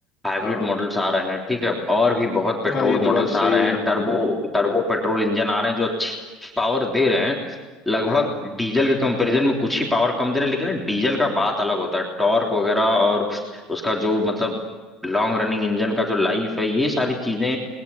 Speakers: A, in the centre; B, on the left.
A: हाइब्रिड
B: हाँ
A: मॉडल्स आ रहे हैं ठीक है और भी बहुत पेट्रोल
B: हाँ ये तो
A: मॉडल्स
B: बात सही
A: आ रहे
B: है
A: हैं टर्बो टर्बो पेट्रोल इंजन आ रहे हैं जो अच्छी पावर दे रहे हैं लगभग
B: हाँ
A: डीजल के कंपैरिजन में कुछ ही पावर कम दे रहे हैं लेकिन डीजल का बात अलग होता है टॉर्क वगैरह और उसका जो मतलब लॉन्ग रनिंग इंजन का जो लाइफ है ये सारी चीजें